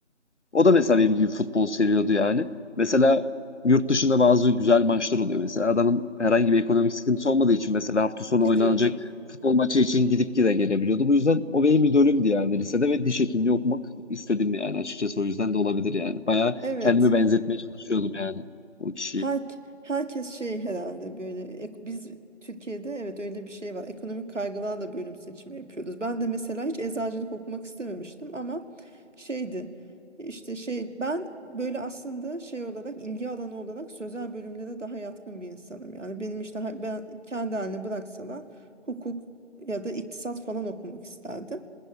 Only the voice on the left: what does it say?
o da mesela benim gibi futbol seviyordu yani. Mesela yurt dışında bazı güzel maçlar oluyor. Mesela adamın herhangi bir ekonomik sıkıntısı olmadığı için mesela hafta sonu
oynanacak futbol maçı için gidip gide gelebiliyordu. Bu yüzden o benim idolümdü yani lisede ve diş hekimliği okumak istedim yani açıkçası o yüzden de olabilir yani. Bayağı
kendimi
benzetmeye çalışıyordum yani o kişiyi.